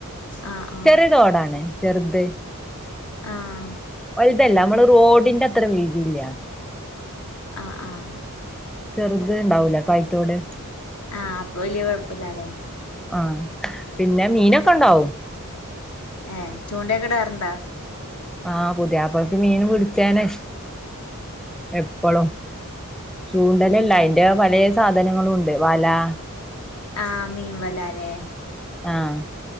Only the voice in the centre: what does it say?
ചെറിയ തോടാണ് ചെറുത്
വലുതല്ല നമ്മളെ റോഡിന്റെ അത്ര വീതി ഇല്ല
ചെറുത് ഉണ്ടാവൂലേ <unintelligible> തോട്
ആഹ് പിന്നെ മീനൊക്കെ ഉണ്ടാവും
ആഹ് പുതിയാപ്പളക്ക് മീന് പിടിച്ചാന് എപ്പളും ചൂണ്ടലല്ല അതിന്റെ വലയ സാധനങ്ങളും ഉണ്ട് വലാ
ആഹ്